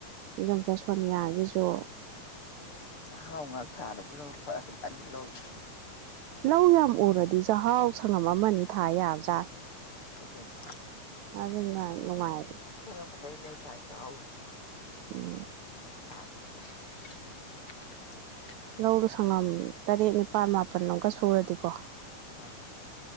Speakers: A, on the right; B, on the left.
A: ꯏꯔꯝꯆꯥ ꯁꯣꯅꯤꯌꯥꯒꯤꯁꯨ
B: ꯆꯥꯛꯍꯥꯎ ꯉꯥꯛ ꯊꯥꯅꯕ ꯂꯣꯛꯄ ꯐꯖꯅꯤ ꯂꯧꯁꯤ
A: ꯂꯧ ꯌꯥꯝ ꯎꯔꯗꯤ ꯆꯍꯥꯎ ꯁꯪꯉꯝ ꯑꯃ ꯑꯅꯤ ꯊꯥ ꯌꯥꯕꯖꯥꯠꯅꯤ
B: ꯑꯗꯨꯅꯦ
A: ꯑꯗꯨꯅ ꯅꯨꯡꯉꯥꯏꯔꯦ
B: ꯁꯤꯌꯧꯔꯛꯄꯗꯩꯅꯦ ꯑꯩ ꯊꯥꯏꯁꯦ ꯇꯍꯥꯎ
A: ꯎꯝ
B: <unintelligible>
A: ꯂꯧꯗꯨꯣ ꯁꯪꯉꯝ ꯇꯔꯦꯠ ꯅꯤꯄꯥꯜ ꯃꯥꯄꯜ ꯑꯃꯨꯛꯀ ꯁꯨꯔꯗꯤꯀꯣ
B: ꯑꯥ